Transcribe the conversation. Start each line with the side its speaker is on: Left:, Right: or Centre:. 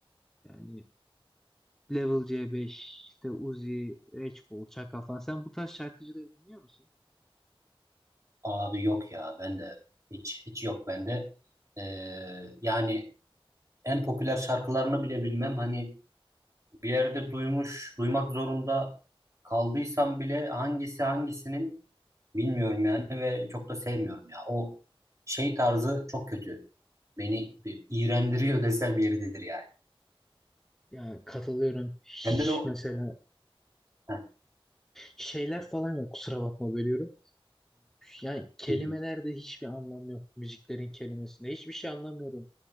Centre: Yani Level C5, işte Uzi, Reçkol, Çaka falan. Sen bu tarz şarkıcıları dinliyor musun?
Right: Abi yok ya, ben de hiç hiç yok bende. E, yani en popüler şarkılarını bile bilmem. Hani bir yerde duymuş, duymak zorunda kaldıysam bile hangisi hangisinin bilmiyorum yani ve çok da sevmiyorum ya. O şey tarzı çok kötü. Beni bir iğrendiriyor desem yeridir yani.
Centre: Ya katılıyorum. Hiç
Right: Bende de o...
Centre: mesela
Right: Heh,
Centre: şeyler falan yok. Kusura bakma bölüyorum. Yani kelimelerde
Right: hı hı,
Centre: hiçbir anlam yok. Müziklerin kelimesinde hiçbir şey anlamıyorum.